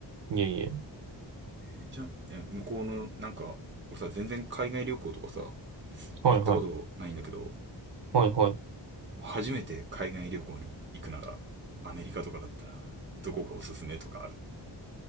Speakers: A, on the right; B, on the right.
A: いやいや。
B: えーじゃあえ向こうのなんか俺さ全然海外旅行とかさ
A: はいはい。
B: 行ったことないんだけど
A: はいはい。
B: 初めて海外旅行に行くなら、アメリカとかだったら、どこがおすすめとかある